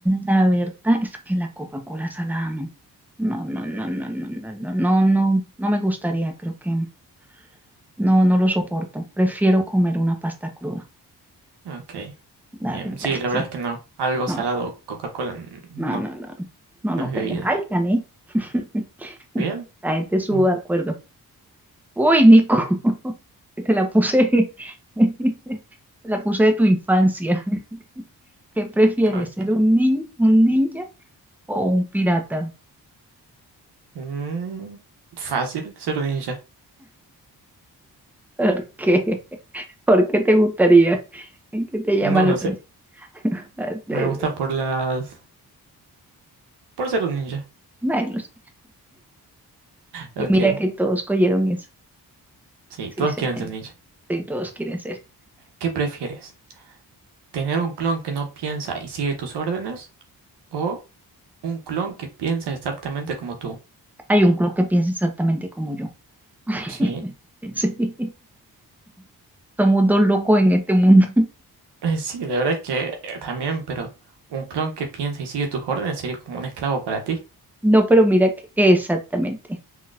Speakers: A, in the centre; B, on the right.
A: la verdad es que la Coca-Cola salada no. No, no, no, no, no, no, no, no, no, no me gustaría, creo que no, no lo soporto. Prefiero comer una pasta cruda,
B: Ok.
A: la
B: Bien,
A: verdad,
B: sí, la
A: sí.
B: verdad es que no. Algo
A: No,
B: salado, Coca-Cola, n- no,
A: No, no, no, no, no,
B: no
A: no
B: es bebida.
A: pega. Ay, gané. <laughs>
B: Bien,
A: La gente estuvo
B: muy bien.
A: de acuerdo. Uy, Nico, <laughs> te la puse, <laughs> te la puse de tu infancia. <laughs> ¿Qué prefieres,
B: Ok.
A: ser un nin- un ninja o un pirata?
B: Mm, fácil, ser un ninja.
A: ¿Por qué? ¿Por qué te gustaría? ¿Qué te llama
B: No
A: la
B: lo
A: atención?
B: sé.
A: <laughs>
B: Me gusta por las... por ser un ninja.
A: Bueno, sí. Y
B: Ok.
A: mira que todos cogieron eso.
B: Sí,
A: Sí,
B: todos
A: se
B: quieren
A: entendió.
B: ser ninja.
A: Sí, todos quieren ser.
B: ¿Qué prefieres? ¿Tener un clon que no piensa y sigue tus órdenes? ¿O un clon que piensa exactamente como tú?
A: Hay un club que piensa exactamente como yo. <laughs>
B: Sí.
A: Sí. Somos dos locos en este mundo.
B: <laughs> Sí, la verdad es que eh, también, pero un clon que piensa y sigue tus órdenes sería como un esclavo para ti.
A: No, pero mira que, exactamente.